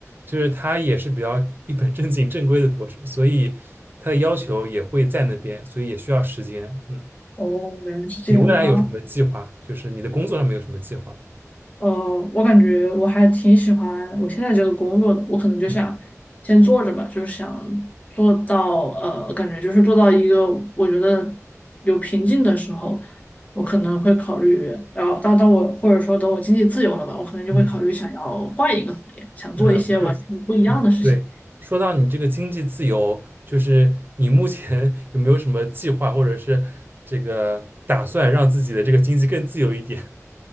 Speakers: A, on the right (about 40°); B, on the left (about 30°).
A: 就是他也是比较一本正经正规的博士，所以他的要求也会在那边，所以也需要时间。嗯，
B: 哦，原来是这样啊。
A: 你未来有什么计划？就是你的工作上面有什么计划？
B: 呃，我感觉我还挺喜欢我现在这个工作的，我可能就想先做着吧，
A: 嗯
B: 就是想做到呃，感觉就是做到一个我觉得有瓶颈的时候，我可能会考虑，然后当当我或者说等我经济自由了吧，我可能就会考虑想要换一个行业，
A: 嗯
B: 想做一些完全不一样的事情。
A: 嗯，就是嗯对。说到你这个经济自由，就是你目前 <laughs> 有没有什么计划，或者是这个打算让自己的这个经济更自由一点？